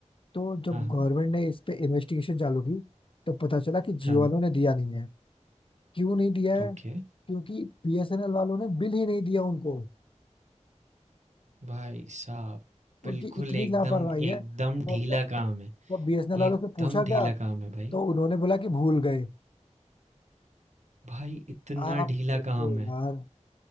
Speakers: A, on the left; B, on the right.
A: तो जब
B: हाँ, हाँ।
A: गवर्नमेंट ने इस पे इन्वेस्टिगेशन चालू की तो पता चला कि जियो
B: हाँ,
A: वालों ने दिया नहीं है क्यों नहीं दिया है
B: ओके।
A: क्योंकि बीएसएनएल वालों ने बिल ही नहीं दिया उनको
B: भाई साहब! बिल्कुल
A: उनकी इतनी
B: एकदम,
A: लापरवाही है
B: एकदम
A: और
B: ढीला
A: जब
B: काम है।
A: जब बीएसएनएल वालों
B: एकदम
A: से पूछा क्या
B: ढीला काम है भाई।
A: तो उन्होंने बोला कि भूल गए
B: भाई इतना
A: आप
B: ढीला
A: सोचो
B: काम है।
A: यार